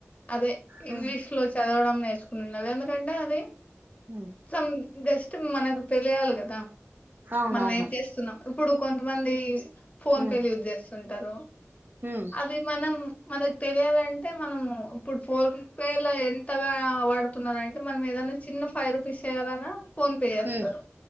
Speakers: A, on the left (about 30°); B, on the right (about 45°).
A: అదే
B: ఉమ్
A: ఇంగ్లీష్ లో చదవడం నేర్చ చూసుకున్నది ఎందుకంటే అది
B: ఉమ్
A: సంస్ బె మనకు తెలియాలి కదా
B: అవునవును
A: మనం ఏం చేస్తున్నాం ఇప్పుడు కొంతమంది ఫోన్
B: ఉమ్
A: పే యూజ్ చేస్తు ంటారు
B: ఉమ్
A: అది మనం మన తెలియాలంటే మనము ఇప్పుడు ఫోన్ పే లో ఎంతగా వాడుతున్నంటే మనం ఏదైనా చిన్న ఫైవ్ రూపీస్ చెయాలన్నా ఫోన్ పే చేస్తారు
B: ఉమ్